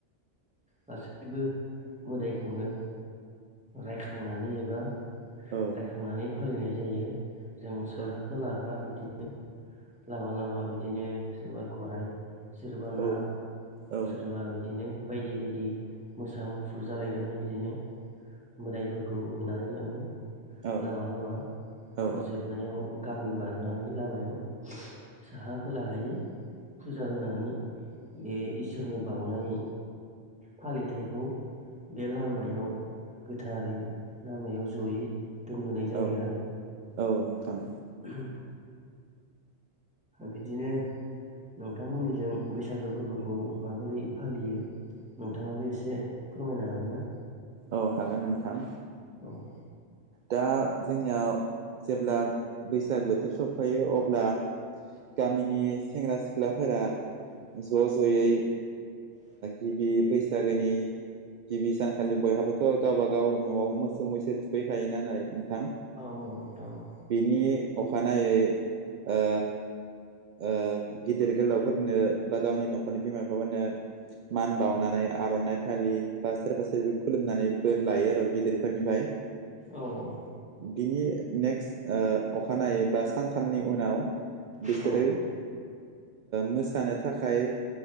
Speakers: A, in the centre; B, on the right.
A: गासैबो मोदायखौनो रायखांनानै एबा
B: औ
A: थांनानै फालिनाय जायो जों साहा
B: औ
A: खोलाहा बिदिनो लामा लामा बिदिनो सोरबा गराइ सोरबा नाव
B: औ औ
A: सोरबा बिदिनो बायदि बायदि मोसा मुफुर जालायनानै बिदिनो मोदायफोरखौ होनानै लाङो
B: औ
A: लामा लामा
B: औ
A: जोबनायाव गामि बारनानै लामायाव साहा खोलाहायि फुजा होनानै बे इसोरनो बाउनाय फालिथायखौ बे लामायाव गोथारै लामायाव जयै दोनबोनाय जायो
B: औ
A: आरो।
B: औ नोंथां।
A: उम। बिदिनो नोंथांमोननिजों बैसागो फोरबोखौ माबोरै फालियो। नोंथाङाबो एसे फोरमायनो हागोन ना?
B: औ हागोन नोंथां‌।
A: औ।
B: दा जोंनियाव जेब्ला बैसाग बोथोर सफायो अब्ला गामिनि सेंग्रा सिख्लाफोरा ज' ज'यै गिबि बैसागोनि गिबि सानखालि बयहाबोथ' गावबागाव न'आव मोसौ मैसो थुखैखायोनाल नोंथां।
A: औ औ।
B: बिनि अखानायै ओ ओ गिदिर गोलावफोरनो बा गावनि न'खरनि बिमा बिफाफोरनो मान बावनानै आर'नाइ फालि बा सोरबा सोरबा खुलुमनानै बोर लायो आरो गिदिरफोरनिफ्राय।
A: औ औ।
B: बिनि नेक्स्ट अखानायै बा सानथामनि उनाव बिसोरो
A: औ
B: मोसानो थाखाय